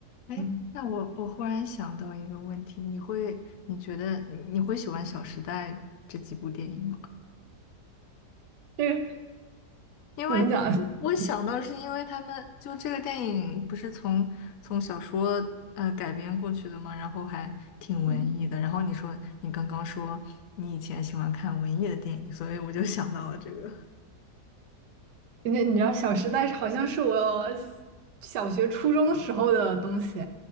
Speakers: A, on the left; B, on the right.
A: 哎，
B: 嗯，
A: 那我我忽然想到一个问题，你会你觉得你你会喜欢《小时代》这几部电影吗？
B: 这个 <laughs>
A: 因为
B: 怎么讲？<laughs>
A: 我想到是因为他们就这个电影不是从从小说呃改编过去的嘛，然后还挺文艺的。
B: 嗯，
A: 然后你说你刚刚说你以前喜欢看文艺的电影，所以我就想到了这个。
B: 你你知道《小时代》好像是我小学、初中的时候的东西，